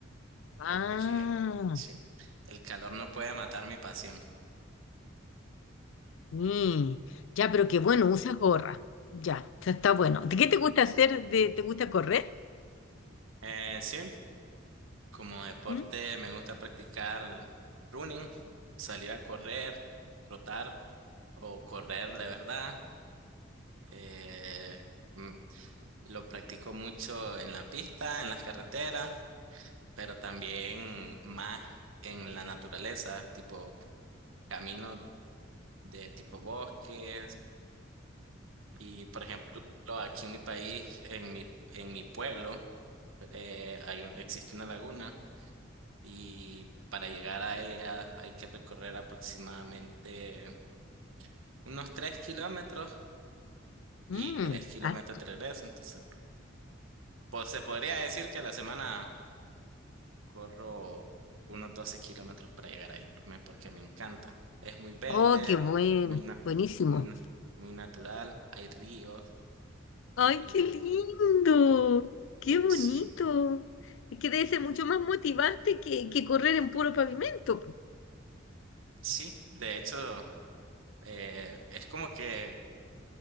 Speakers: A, on the left (about 65°); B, on the right (about 85°).
A: Ah,
B: porque sí, el calor no puede matar mi pasión.
A: mm, ya, pero qué bueno, usas gorra. Ya, está está bueno. ¿De qué te gusta hacer? De, ¿te gusta correr?
B: Eh, sí, como deporte
A: ¿Mm?
B: me gusta practicar running, salir a correr, trotar o correr de verdad. Eh, mm, lo practico mucho en la pista, en las carreteras, pero también más en la naturaleza, tipo caminos de tipo bosques. Y por ejemplo, aquí en mi país, en mi, en mi pueblo, eh, hay un, existe una laguna y para llegar a ella hay que recorrer aproximadamente unos 3 kilómetros
A: Mm,
B: y 3 kilómetros
A: ah,
B: de regreso. Entonces, pues se podría decir que la semana... Corro unos 12 kilómetros para llegar ahí, me- porque me encanta. Es muy verde,
A: Oh, qué buen,
B: muy, na-
A: buenísimo.
B: muy, na- muy natural, hay ríos
A: Ay,
B: y
A: qué
B: de...
A: lindo, qué bonito.
B: Sí,
A: Es que debe ser mucho más motivante que, que correr en puro pavimento. po.
B: sí, de hecho, eh, es como que,